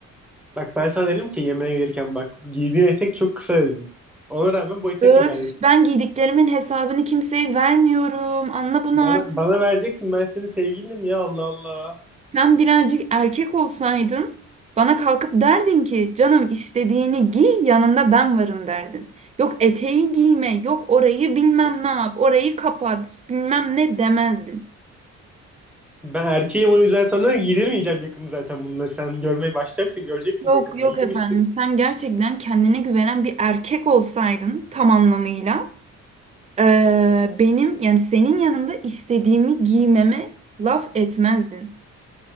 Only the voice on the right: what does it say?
Öf,
ben giydiklerimin hesabını kimseye vermiyorum. Anla bunu
artık.
Sen birazcık erkek olsaydın bana kalkıp derdin ki canım istediğini giy yanında ben varım derdin. Yok eteği giyme, yok orayı bilmem ne yap, orayı kapat, bilmem ne demezdin.
Yok
yok
efendim sen gerçekten kendine güvenen bir erkek olsaydın tam anlamıyla eee, benim yani senin yanında istediğimi giymeme laf etmezdin.